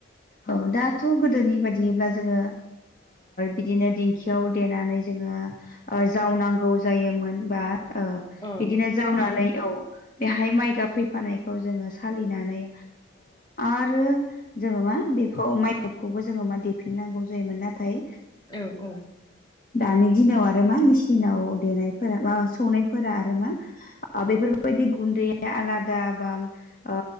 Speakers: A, on the left (about 45°); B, on the left (about 20°).
A: औ दाथ' गोदोनि बायदियैब्ला जोङो बिदिनो दिंखियाव देनानै जोङो जावनांगौ जायोमोन बा बिदिनो
B: औ
A: जावनानै
B: नंगौ
A: औ बेहाय माइगाब फैफानायखौ जोङो सालिनानै आरो जोङो मा बेखौ माइखौबो जोङो मा देफिननांगौ जायोमोन नाथाय
B: औ औ
A: दानि दिनाव आरो मा मेसिनाव देनायफोरा माबा सौनायफोरा आरो मा बेफोरबायदि गुन्दैया आलादा बा ओ